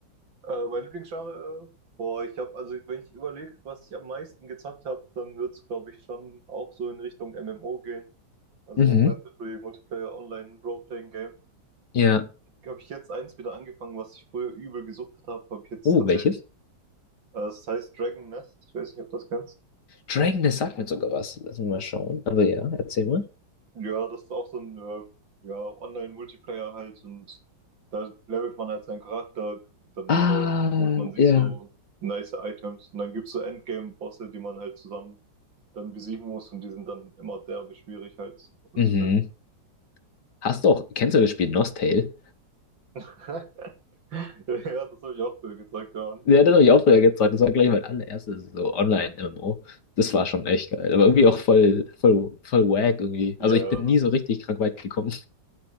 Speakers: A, on the right; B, on the left.
A: äh, mein Lieblingsgenre? äh, Boah, ich habe, also wenn ich überlege, was ich am meisten gezockt habe, dann wird's glaub glaube ich, schon auch so in Richtung MMO gehen. Also
B: Mhm.
A: Massively Multiplayer Online Role-Playing Game.
B: Ja.
A: Habe ich jetzt eins wieder angefangen, was ich früher übel gesuchtet habe, habe ich jetzt
B: Oh,
A: tatsächlich.
B: welches?
A: Äh, es heißt Dragon Nest. Ich weiß nicht, ob du das kennst.
B: Dragon, das sagt mir sogar was. Lass mich mal schauen. Aber ja, erzähl mal.
A: Ja, das ist auch so ein äh, ja, Online-Multiplayer halt und da levelt man halt seinen Charakter, dann
B: Ah,
A: äh, holt man sich
B: ja.
A: so nice Items und dann gibt's so Endgame-Bosse, die man halt zusammen dann besiegen muss und die sind dann immer derbe schwierig halt
B: Mhm.
A: zu besiegen.
B: Hast du auch, kennst du das Spiel Nostale?
A: <laughs> Ja, das habe ich auch früher gezeigt, ja.
B: Ja, das habe ich auch früher gezeigt. Das war gleich mein allererstes so Online-MMO. Das war schon echt geil. Aber irgendwie auch voll, voll, voll wack irgendwie.
A: Ja,
B: Also ich bin
A: das,
B: nie so richtig krank weit gekommen.